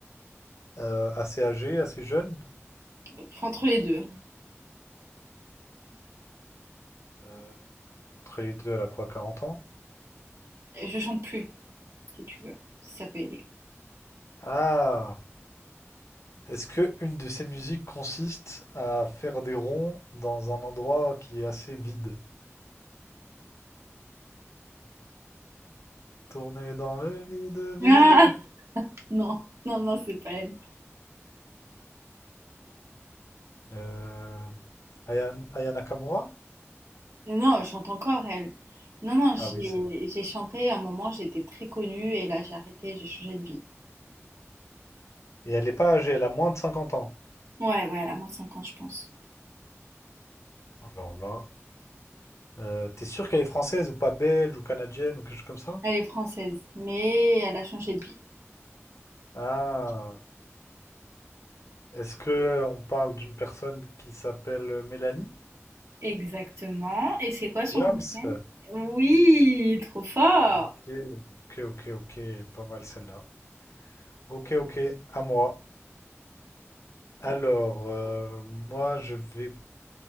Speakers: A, on the left; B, on the right.
A: Euh, assez âgée, assez jeune?
B: Enfin, Entre les deux.
A: Euh, entre les deux, elle a quoi, 40 ans?
B: Je chante plus, si tu veux, si ça peut aider.
A: Ah! Est-ce que une de ces musiques consiste à faire des ronds dans un endroit qui est assez vide? Tourner dans le vide, vide.
B: Ah Non, non, non, c'est pas elle.
A: Euh, Aya, Aya Nakamura?
B: Non, elle chante encore, elle. Non, non, j'ai
A: Ah oui, c'est vrai.
B: j'ai chanté à un moment, j'étais très connue et là j'ai arrêté, j'ai changé de vie.
A: Et elle n'est pas âgée, elle a moins de cinquante ans.
B: Ouais, ouais, elle a moins de 50, je pense.
A: Alors là. Euh, t'es sûr qu'elle est française ou pas belge ou canadienne ou quelque chose comme ça?
B: Elle est française, mais elle a changé de vie.
A: Ah, est-ce que on parle d'une personne qui s'appelle Mélanie?
B: Exactement. Et c'est quoi son
A: James?
B: nom de scène? Oui, trop fort.
A: Ok, ok, ok, ok, pas mal celle-là. Ok, ok, à moi. Alors,
B: Attends,
A: euh, moi, je vais,